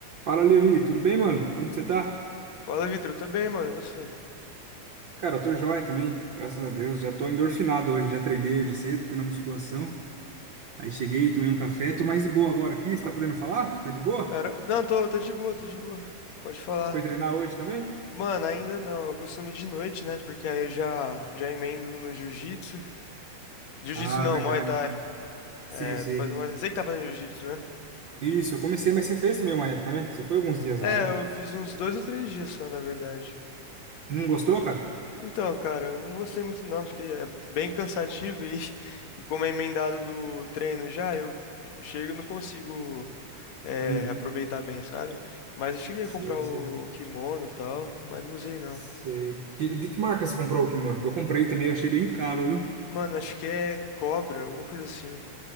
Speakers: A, on the right; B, on the left.
A: Fala, Levi, tudo bem, mano? Como que você tá?
B: Fala, Vitor. Eu tô bem, mano. E você?
A: Cara, eu tô joia também, graças a Deus. Já tô endorfinado hoje, já treinei hoje cedo, fui na musculação. Aí cheguei, tomei um café, tô mais de boa agora aqui. Você tá podendo falar? Tá de boa?
B: Cara, não, tô, tô de boa, tô de boa. Pode falar.
A: Foi treinar hoje também?
B: Mano, ainda não. Eu costumo ir de noite, né? Porque aí eu já, já emendo no jiu-jitsu. Jiu-jitsu
A: Ah,
B: não,
A: verdade.
B: Muay Thai.
A: Sei,
B: É,
A: sei.
B: tô fazendo Muay Thai. Sei que tá fazendo jiu-jitsu, né?
A: Isso, eu comecei, mas você fez também uma época, né? Você foi alguns dias
B: É,
A: lá, né?
B: eu fiz uns dois ou três dias só, na verdade.
A: Não gostou, cara?
B: Então, cara, eu não gostei muito não, porque é bem cansativo e, <laughs> e como é emendado do treino já, eu chego e não consigo é,
A: Uhum.
B: aproveitar bem, sabe? Mas eu cheguei
A: Sei,
B: a comprar o
A: sei.
B: kimono e tal, mas não usei não.
A: Sei. Que- de que marca você comprou o kimono? Que eu comprei também, eu achei bem caro, viu?
B: Mano, acho que é cobra, alguma coisa assim.